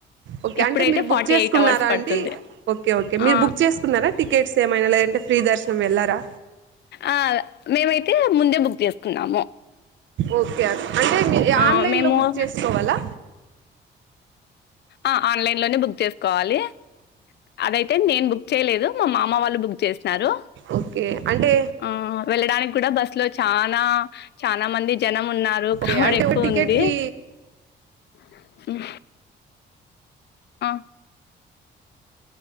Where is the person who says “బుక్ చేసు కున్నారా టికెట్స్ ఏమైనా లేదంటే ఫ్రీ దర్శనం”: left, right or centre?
Right